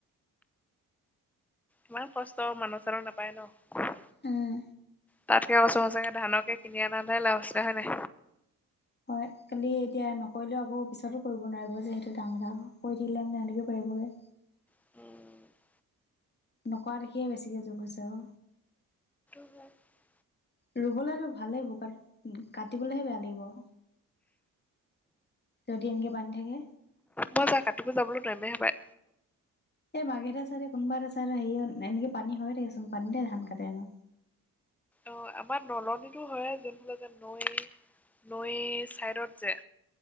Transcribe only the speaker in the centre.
ইমান কষ্ট। মানুহ চানহ নাপায় নহঃ
তাতকে কৈছোঁ সঁচাকে ধানকে কিনি আনা নে লাভ আছে হয় নাই?
উম
উ <unintelligible>
মই যা কাটিব যাবলো নোৱামেহে হপায়।
অ, আমাৰ নলনীতো হয়েই যোনবোৰ যে নৈ নৈ চাইডত যে